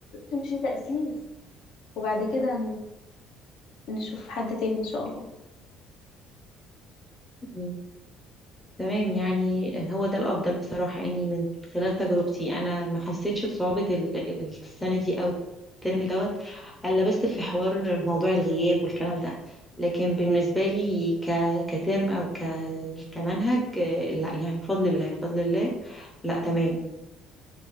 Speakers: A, on the left; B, in the centre.
A: تمشي تأسيس وبعد كده نشوف حد تاني ان شاء الله
B: م. تمام يعني هو ده الافضل بصراحة يعني من خلال تجربتي انا ما حسيتش بصعوبة ال- السنة دي او الترم دوت الا بس في حوار موضوع الغياب والكلام ده لكن بالنسبة لي ك... كترم او ك... كمنهج آه، لا يعني بفضل الله بفضل الله لا تمام